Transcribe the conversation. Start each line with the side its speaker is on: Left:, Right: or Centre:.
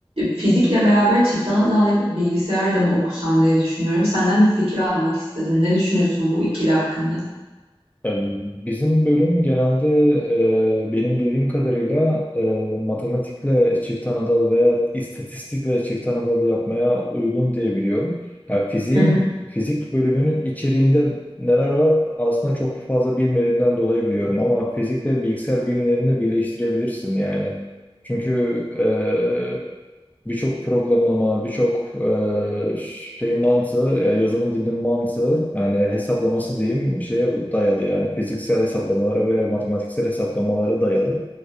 Right: Fizikle beraber çift ana dal yapıp bilgisayar da mı okusam diye düşünüyorum. Senden bir fikir almak istedim. Ne düşünüyorsun bu ikili hakkında?
Left: Yani Bizim bölüm genelde e, benim bildiğim kadarıyla e, matematikle çift anadal veya istatistikle çift anadal yapmaya uygun diye biliyorum. Ya fiziğin
Right: Hı hı,
Left: fizik bölümünün içeriğinde neler var aslında çok fazla bilmediğimden dolayı biliyorum ama fizikle bilgisayar bilimlerini birleştirebilirsin yani. Çünkü e, birçok programlama, birçok e, şey mantığı, ya yazılım dilinin mantığı, yani hesaplaması diyeyim şeye dayalı yani fiziksel hesaplamalara ve matematiksel hesaplamalara dayalı.